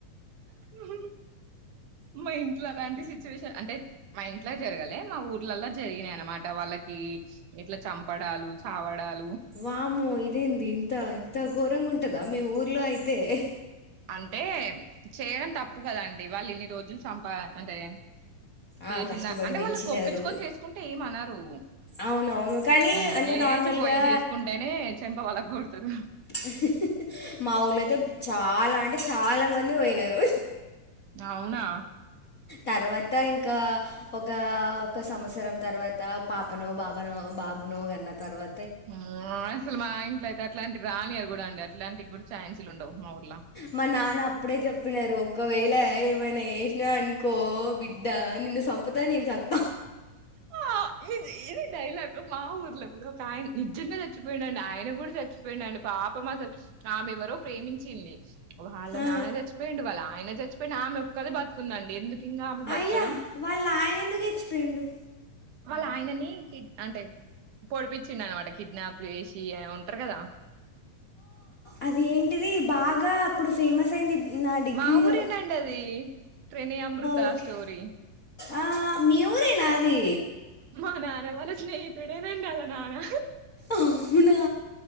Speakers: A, on the right (about 75°); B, on the left (about 40°).
A: ఉమ్ మా ఇంట్లో అలాంటి సిచ్యువేషన్ అంటే మా ఇంట్లో జరగాలే మా ఊర్లల్లలో జరిగినాయి. అనమాట వాళ్ళకి ఇట్లా చంపడాలు చావడాలు
B: వామ్మో ఇదేంది ఇంత ఇంత ఘోరం గా ఉంట్ ఉంటాదా మీ ఊర్లో అయితే హ్
A: అంటే చేయడం తప్పు కదండి. వాళ్లు ఇన్ని రోజులు చంపా అంటే. చేసిందా
B: ఆ కష్టపడి
A: అంటే
B: పెంచినారు.
A: వాళ్ళకి ఒప్పించుకొని చేసుకుంటే ఏమనరు
B: అవునవును కానీ
A: హ్మ్
B: అంటే
A: లేచిపోయి
B: నార్మల్ గా
A: చేసుకుంటేనే చెంప పగలగొడతారు
B: హ్ హ్ మా ఊర్లో అయితే చాలా చాలామంది పోయినారు.
A: అవునా.
B: తర్వాత ఇంకా ఒక ఒక సంవత్సరం తర్వాత పాపనో బాబానో బాబునో కన్నా తర్వా
A: హు అసలు మా ఇంట్లో అయితే అట్లాంటి రానయ్యరు కూడా అండి అట్లాంటి గు థాంక్స్ లు ఉండవు. మా ఉర్
B: మా నాన్న అప్పుడే చెప్పినారు. ఒకవేళ ఏమైనా చేసినవనుకో బిడ్డ నిన్ను. చంపుతా నిన్ సత్త
A: ఆ ఇది. డైలాగ్ మా ఊర్లో కూడా తాయం నిజ్జంగ చచ్చిపోయిండా <inaudible> ఆయన కూడా చచ్చిపోయిండండి పాపం అసలు ఆమె ఎవరో ప్రేమించింది వాళ్ళ
B: ఆ,
A: నాన్న చచ్చిపోయిడు వాళ్ళ ఆయన చచ్చిపోయి ఆమె ఒక్కద బతుకుందండి ఎందుకు ఇంకా ఆమె బతకడం
B: అయ్యా వాళ్ళ ఆయన ఎందుకు చచ్చిపోయిండు
A: వాళ్ళ ఆయనని కిడ్ అంటే పొడిపించిండన్నమాట కిడ్నాప్ చేసి అ ఉంటారు కదా
B: అది ఏంటిది బాగా అప్పుడు ఫేమస్ అయింది నా డిగ్రీ
A: మా ఊరేనండి
B: ఓ,
A: అది ప్రణయ్ అమృత
B: ఓకే
A: స్టోరీ
B: ఆ మీ ఊరేనాఅది
A: మా నాన్న వాళ్ళ స్నేహితుడేనండి వాళ్ళ నాన్న
B: అవునా